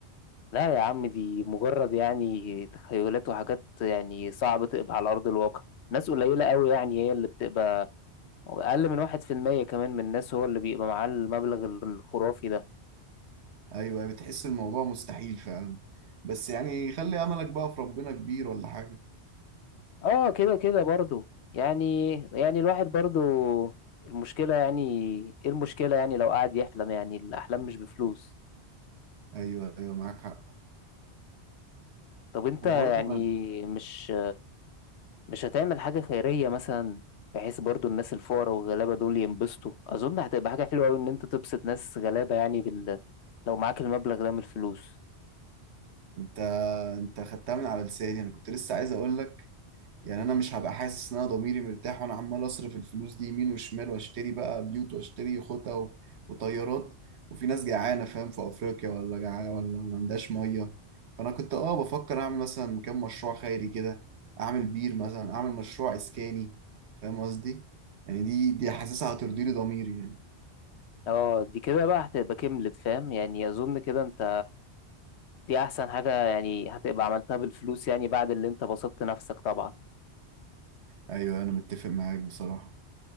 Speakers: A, on the left (about 75°); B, on the right (about 80°).
A: لا يا عم دي مجرد يعني تخيلات وحاجات يعني صعب تقبع على أرض الواقع ناس قليلة قوي يعني هي اللي بتبقى أقل من واحد في المية كمان من الناس هو اللي بيبقى معاه المبلغ ال- الخرافي ده
B: ايوه بتحس الموضوع مستحيل فعلا بس يعني خلي املك بقى في ربنا كبير ولا حاجه
A: اه كده كده برضو يعني يعني الواحد برضو المشكلة يعني ايه المشكلة يعني لو قعد يحلم يعني الأحلام مش بفلوس
B: ايوه ايوه معاك حق
A: طب انت
B: وبرضه
A: يعني
B: أنا-
A: مش مش هتعمل حاجة خيرية مثلا بحيث برضو الناس الفقراء والغلابة دول ينبسطوا أظن هتبقى حاجة حلوة أوي إن أنت تبسط ناس غلابة يعني بال... لو معاك المبلغ ده من الفلوس
B: انت انت خدتها من على لساني انا كنت لسه عايز اقول لك يعني انا مش هبقى حاسس ان انا ضميري مرتاح وانا عمال اصرف الفلوس دي يمين وشمال واشتري بقى بيوت واشتري خطة و- وطيارات وفي ناس جعانة فاهم في افريقيا ولا جعانة ولا ما عندهاش مية فانا كنت اه بفكر اعمل مثلا كام مشروع خيري كده اعمل بير مثلا اعمل مشروع اسكاني فاهم قصدي يعني دي دي حاسسها هترضي لي ضميري يعني
A: اه دي كده بقى هتبقى كملت فاهم يعني أظن كده أنت دي أحسن حاجة يعني هتبقى عملتها بالفلوس يعني بعد اللي أنت بسطت نفسك طبعا
B: ايوه انا متفق معاك بصراحة